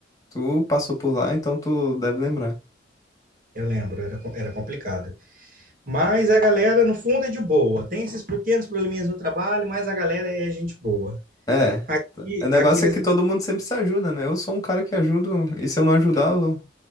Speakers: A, on the left; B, on the right.
A: Tu passou por lá, então tu deve lembrar.
B: Eu lembro, era, co- era complicado. Mas a galera, no fundo, é de boa. Tem esses pequenos probleminhas no trabalho, mas a galera é gente boa.
A: É. tá.
B: E
A: O negócio
B: aqui nesse.
A: é que todo mundo sempre se ajuda, né? Eu sou um cara que ajudo, e se eu não ajudar, eu-